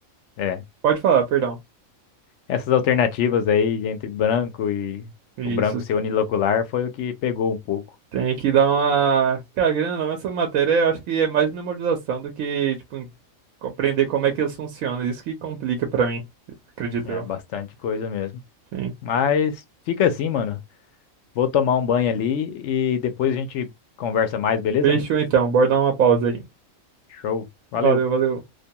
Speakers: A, on the left; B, on the right.
A: é.
B: Pode falar, perdão.
A: essas alternativas aí entre branco e
B: Isso.
A: o branco ser unilocular foi o que pegou um pouco.
B: Tem que dar uma. Cara, querendo ou não, essa matéria eu acho que é mais memorização do que, tipo, em- compreender como é que elas funcionam. Isso que complica pra mim, acredito
A: É
B: eu.
A: bastante coisa mesmo.
B: Sim.
A: Mas fica assim, mano. Vou tomar um banho ali e depois a gente conversa mais, beleza?
B: Fechou então, bora dar uma pausa aí.
A: Show. Valeu.
B: Valeu, valeu.